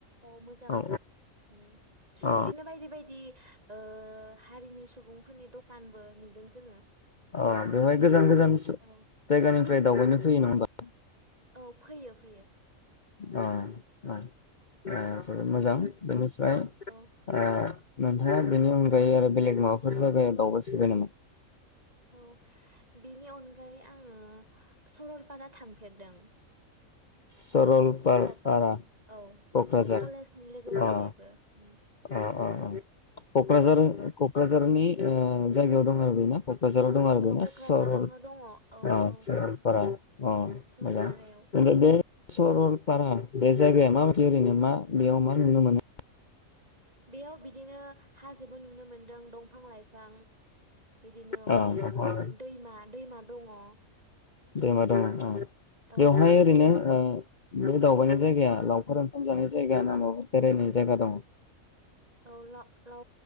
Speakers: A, on the right (about 30°); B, on the left (about 35°).
A: अ मोजां
B: औ
A: ओम
B: अ
A: बिदिनो बायदि बायदि ओ ओ हारिनि सुबुंफोरनि दखानबो नुदों जोङो
B: अह बेवहाय गोजान गोजान सो
A: औ
B: जायगानिफ्राय दावबायनो फैयो नङाहमबा
A: औ फैयो फैयो
B: अ औ अ जोबोद
A: औ
B: मोजां बेनिफ्राय
A: औ
B: ओ नोंथाङा बेनि अनगायै आरो बेलेग माबाफोर जायगायाव दावबायफेरबाय नामा
A: थ बेनि अनगायै आङो सरलपारा थांफेरदों
B: सरलपारा
A: कक्राझार औ
B: क'क्राझार
A: औ कलेजनि लोगोजों
B: अ
A: बेबो उम
B: अ अ अ कक्राझार
A: औ
B: कक्राझार झार नि जायगायाव दं आरो बेना क- कक्राझाराव दं आरो
A: औ
B: बे ना
A: क'क्राझारावनो
B: सरल
A: दङ औ
B: अ
A: औ
B: सरलपारा अ
A: सरलपारायाव
B: मोजां ओमफ्राय बे सरलपारा बे जायगाया माबादि ओरैनो मा बेयाव मा नुनो मोनो
A: बेयाव बिदिनो हाजोबो नुनो मोनदों दंफां लाइफां बिदिनो
B: मोनो
A: ओ
B: औ
A: दैमा दैमा दङ
B: दैमा दङ औ
A: औ
B: बेवहाय ओरैनो ओ नो दावबायनाय जायगाया लावखार ओंखाम जानाय जायगा ना माबा बेरायनाय जायगा दं
A: औल औ